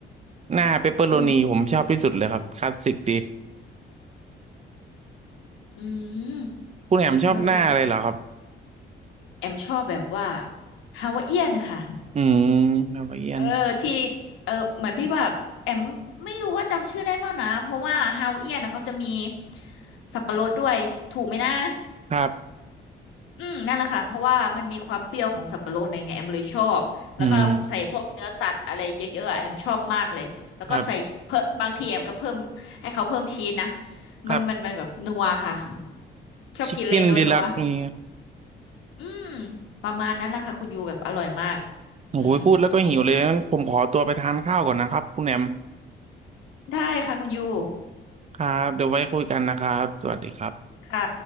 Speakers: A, on the right; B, on the left.
A: หน้าเปปเปอโรนีผมชอบที่สุดเลยครับคลาสสิกดี
B: อืมอืม
A: คุณแหม่มชอบหน้าอะไรเหรอครับ
B: เออเออเออแอมชอบแบบว่าฮาวาเอียนค่ะ
A: อืมละเอียน
B: เออที่เออเหมือนที่แบบแอมไม่รู้ว่าจำชื่อได้เปล่านะเพราะว่าฮาวเอียนนะเขาจะมีสับปะรดด้วยถูกไหมนะ
A: ครับ
B: อืมนั่นแหละค่ะเพราะว่ามันมีความเปรี้ยวของสับปะรดอะไรเงี้ยแอมเลยชอบแล้วก็ใส่พวกเนื้อสัตว์อะไรเยอะๆอะแอมชอบมากเลยแล้วก็ใส่เพิ่มบางทีแอมก็เพิ่มให้เขาเพิ่มชีสนะ
A: อืมครับครับ
B: มันมันมันแบบนัวค่ะชอบกินเลยนัวนัว
A: ชิคเก้นดีลักนี่
B: อืมประมาณนั้นแหละค่ะคุณยูแบบอร่อยมาก
A: โอ้ยพูดแล้วก็หิวเลยงั้นผมขอตัวไปทานข้าวก่อนนะครับคุณแหนม
B: อืมได้ค่ะคุณยู
A: ครับเดี๋ยวไว้คุยกันนะครับสวัสดีครับ
B: ค่ะ